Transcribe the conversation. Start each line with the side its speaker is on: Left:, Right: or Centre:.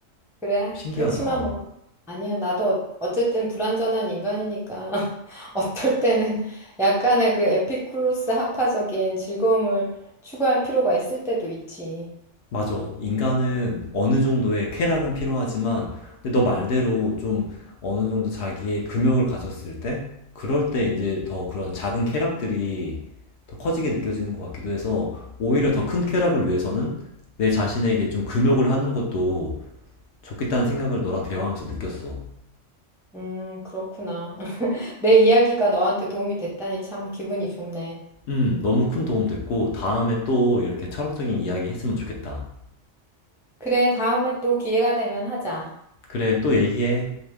Centre: 그래.
Left: 신기하다.
Centre: 그치만 뭐, 아니야. 나도 어- 어쨌든 불완전한 인간이니까 <laughs> 어떨 때는 약간의 그 에피쿠로스 학파적인 즐거움을 추구할 필요가 있을 때도 있지.
Left: 맞아. 인간은 어느 정도의 쾌락은 필요하지만, 근데 너 말대로 좀 어느 정도 자기의 금욕을 가졌을 때, 그럴 때 이제 더 그런 작은 쾌락들이 더 커지게 느껴지는 것 같기도 해서, 오히려 더 큰 쾌락을 위해서는 내 자신에게 좀 금욕을 하는 것도 좋겠다는 생각을 너랑 대화하면서 느꼈어.
Centre: 음, 그렇구나. <laughs> 내 이야기가 너한테 도움이 됐다니 참 기분이 좋네.
Left: 음, 너무 큰 도움 됐고, 다음에 또 이렇게 철학적인 이야기 했으면 좋겠다.
Centre: 그래, 다음에 또 기회가 되면 하자.
Left: 그래, 또 얘기해.